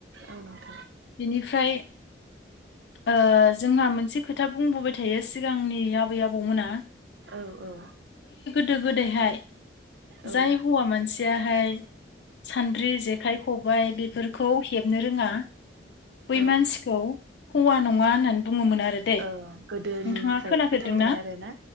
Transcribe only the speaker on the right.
औ नोंथां
औ औ।
औ
औ
ओ गोदोनिफ्राय
फोथायनाय
आरोना